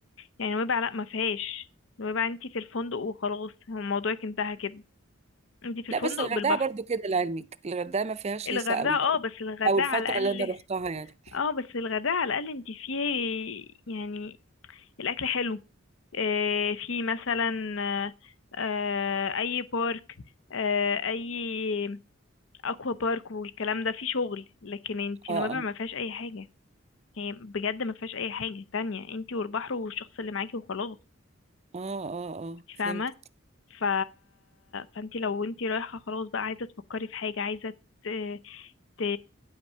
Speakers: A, on the left; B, on the right.
A: يعني نويبع لا ما فيهاش نويبع انتي في الفندق وخلاص هو موضوعك انتهى كده انتي في الفندق
B: لا بس الغردقة
A: بالبحر
B: برضو كده لعلمك الغردقة ما فيهاش
A: الغردقة
B: هيصة قوي
A: اه
B: أو
A: بس الغردقة
B: أو الفترة
A: على الأقل
B: اللي أنا روحتها يعني
A: اه بس الغردقة على الأقل انتي فيه يعني الأكل حلو اه في مثلا اه اه أي بارك اه أي أكوا بارك والكلام ده فيه شغل لكن انتي
B: اه
A: نويبع
B: اه
A: ما فيهاش أي حاجة هي بجد ما فيهاش أي حاجة تانية انتي والبحر والشخص اللي معاكي وخلاص
B: اه اه اه فهمت
A: فاهمة ف... فانت لو انت رايحة خلاص بقى عايزة تفكري في حاجة عايزة ت... ت...